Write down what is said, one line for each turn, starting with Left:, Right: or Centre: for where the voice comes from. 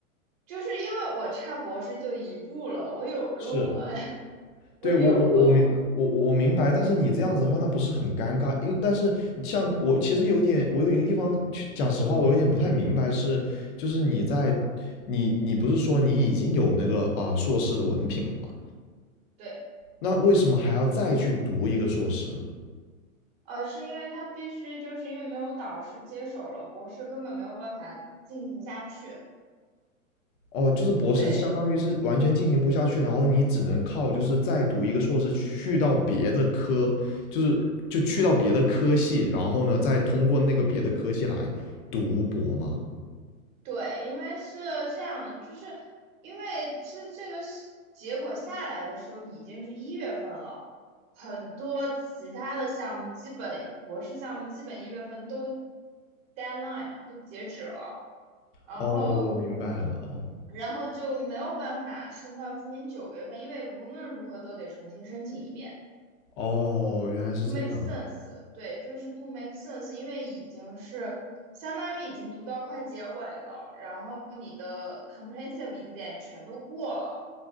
Right: 就是因为我差博士就一步了，我有论文，
Left: 是，
Right: <laughs>
Left: 对，
Right: 我有论文，
Left: 我我我明我我明白，但是你这样子的话，那不是很尴尬？因但是像我其实有点，我有一个地方，去讲实话，我有点不太明白是，就是你在
Right: 嗯，
Left: 你你不是说你已经有那个啊、硕士的文凭了吗？
Right: 对，
Left: 那为什么还要再去读一个硕士呢？
Right: 呃，是因为他必须就是因为没有导师接手了，博士根本没有办法进行下去。
Left: 哦，就是博士相当于是完全进行不下去，
Right: 对
Left: 然后你只能靠就是再读一个硕士去到别的科，就是就去到别的科系，然后呢再通过那个别的科系来读博嘛。
Right: 对，因为是这样的，就是因为这这个是结果下来的时候已经是一月份了，很多其他的项目基本博士项目基本一月份都 deadline 了，都截止了。然后
Left: 哦，我明白了。哦
Right: 然后就没有办法升到今年九月份，因为无论如何都得重新申请一遍，
Left: 哦，原来是这样，
Right: 不 make sense。对，就是不 make sense，因为已经是相当于已经读到快结尾了，然后你的 comprehensive exam 全都过了，